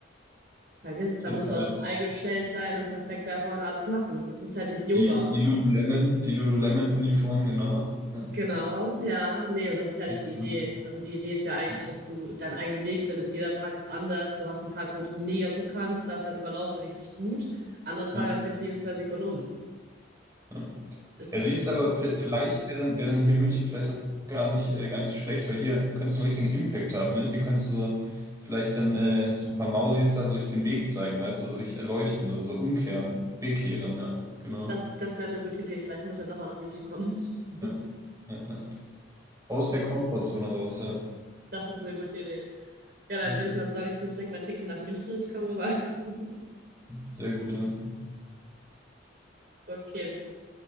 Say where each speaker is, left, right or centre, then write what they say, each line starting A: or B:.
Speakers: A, on the right (about 50°); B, on the right (about 15°).
A: vergiss es,
B: Hier
A: da musst
B: ist halt
A: du aus dem Ei geschält sein und perfekt da vorne alles machen. Und das ist halt nicht Yoga.
B: die, die Lululemon, die Lululemon-Uniform, genau. Ja,
A: Genau, ja. Nee, und das ist ja
B: ist,
A: nicht die Idee.
B: ja,
A: Also die Idee ist ja eigentlich,
B: ja,
A: dass du deinen eigenen Weg findest. Jeder Tag ist anders. Du hast einen Tag, wo du es mega gut kannst, da ist deine Balance richtig gut. Andere Tage,
B: ja.
A: da fällt es jede zwei Sekunden um.
B: Ja.
A: Ist
B: Ja,
A: halt
B: siehst
A: so.
B: du, aber v- vielleicht wäre dann, wär dann hier in München vielleicht auch gar nicht, äh, gar nicht so schlecht, weil hier könntest du einen richtigen Impact haben, ne? Hier könntest du so vielleicht dann äh, so ein paar Mausis da so richtig den Weg zeigen, weißt du, so richtig erleuchten oder so umkehren, bekehren, ja, genau.
A: Das, das wäre eine gute Idee. Vielleicht muss ich dann doch mal nach München kommen. <laughs>
B: Ja, ja, ja. Aus der Komfortzone raus, ja.
A: Das ist eine gute Idee. Ja, dann
B: Ja,
A: würde ich mal sagen, ich buche direkt mein Ticket nach München und ich komme rüber. <laughs>
B: Sehr gut, ja.
A: Okay.